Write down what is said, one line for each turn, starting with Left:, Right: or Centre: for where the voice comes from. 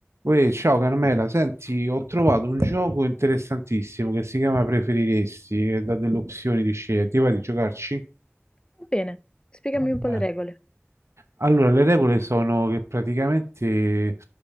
Right: Uè, ciao Carmela, senti, ho trovato un gioco interessantissimo che si chiama Preferiresti, che dà delle opzioni di scelta. Ti va di giocarci?
Left: Va bene, spiegami
Right: Vabbè.
Left: un po' le regole.
Right: Allora, le regole sono che praticamente